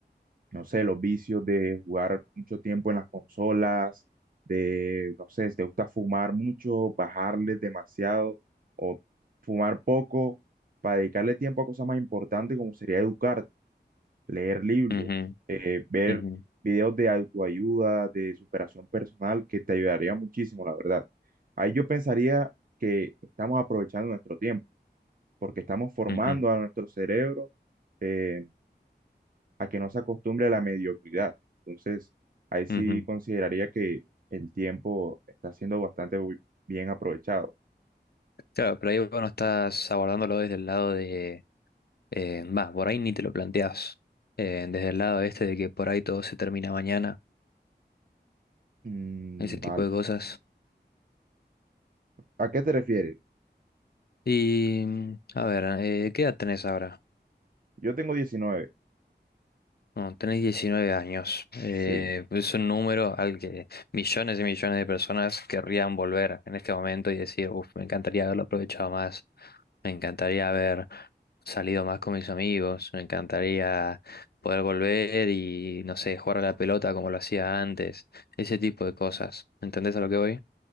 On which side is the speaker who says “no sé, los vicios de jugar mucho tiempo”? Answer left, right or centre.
Right